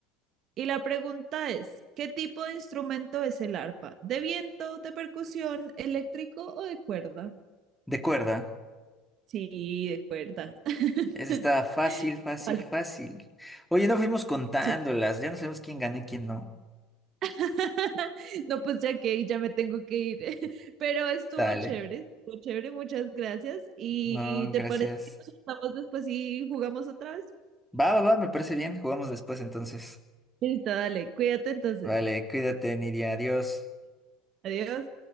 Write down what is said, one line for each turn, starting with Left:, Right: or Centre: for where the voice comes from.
Right: Y la pregunta es, ¿qué tipo de instrumento es el arpa? ¿De viento, de percusión, eléctrico o de cuerda?
Centre: de cuerda.
Right: Sí, de cuerda. <laughs>
Centre: Esa está fácil, fácil,
Right: Vale,
Centre: fácil. Oye, no fuimos contándolas,
Right: Sí.
Centre: ya no sabemos quién gana y quién no.
Right: <laughs> No, pues ya que ya me tengo que ir. <laughs> Pero estuvo
Centre: Dale.
Right: chévere, estuvo chévere, muchas gracias. ¿Y
Centre: No,
Right: te
Centre: gracias.
Right: parece que nos estamos después y jugamos otra vez?
Centre: Va, va, va, me parece bien. Jugamos después entonces.
Right: Listo, dale, cuídate entonces.
Centre: Vale, cuídate, Nidia. Adiós.
Right: Adiós.